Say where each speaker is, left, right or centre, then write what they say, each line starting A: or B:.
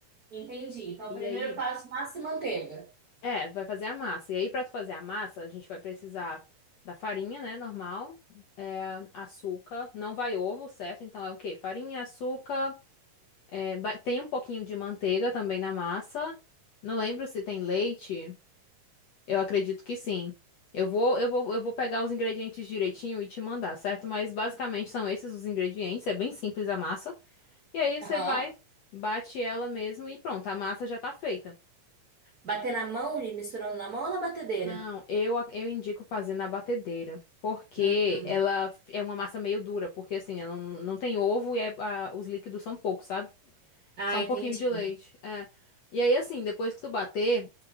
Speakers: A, on the right; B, on the left.
A: Entendi. Então,
B: E
A: o primeiro
B: aí,
A: passo, massa e manteiga.
B: é, vai fazer a massa. E aí, pra tu fazer a massa, a gente vai precisar da farinha, né? Normal, é, açúcar, não vai ovo, certo? Então é o quê? Farinha, açúcar, é, ba- tem um pouquinho de manteiga também na massa. Não lembro se tem leite. Eu acredito que sim. Eu vou, eu vou, eu vou pegar os ingredientes direitinho e te mandar, certo? Mas basicamente são esses os ingredientes, é bem simples a massa. E aí
A: Aham.
B: você vai, bate ela mesmo e pronto, a massa já tá feita.
A: Bater na mão e misturando na mão ou na batedeira?
B: Não, eu, ac- eu indico fazer na batedeira, porque
A: Uhum.
B: ela f- é uma massa meio dura, porque assim, ela não, não tem ovo e é- a- os líquidos são poucos, sabe?
A: Ah,
B: Só um
A: entendi.
B: pouquinho de leite. É. E aí, assim, depois que tu bater,